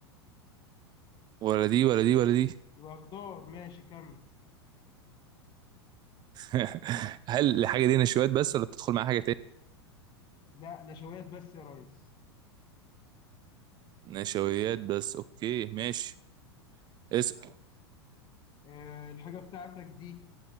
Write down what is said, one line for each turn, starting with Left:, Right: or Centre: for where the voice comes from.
Right: ولا دي ولا دي ولا دي
Left: يبقى خضار ماشي كمل
Right: <laughs> هل الحاجه دي نشويات بس ولا بتدخل معاها حاجه تاني
Left: لا نشويات بس يا ريس
Right: نشويات بس اوكي ماشي اسأل
Left: آه، الحاجة بتاعتك دي